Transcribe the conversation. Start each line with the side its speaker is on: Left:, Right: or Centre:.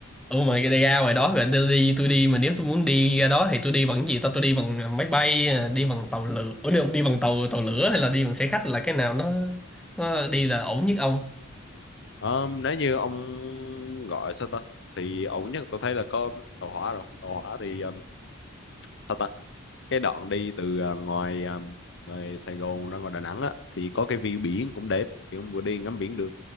Centre: Ủa mà cái ra ngoài đó rồi tôi đi tôi đi mà nếu tôi muốn đi ra đó thì tôi đi bằng cái gì ta tôi đi bằng máy bay, đi bằng tàu lửa, Ủa, đi, đi bằng tàu tàu lửa hay là đi bằng xe khách là cái nào nó nó đi là ổn nhất ông?
Left: Ờ, nếu như ông gọi sao ta thì ổn nhất tôi thấy là có tàu hỏa rồi tàu hỏa thì um, sao ta cái đoạn đi từ à, ngoài à, ngoài Sài Gòn ra ngoài Đà Nẵng á thì có cái view biển cũng đẹp thì ông vừa đi ngắm biển được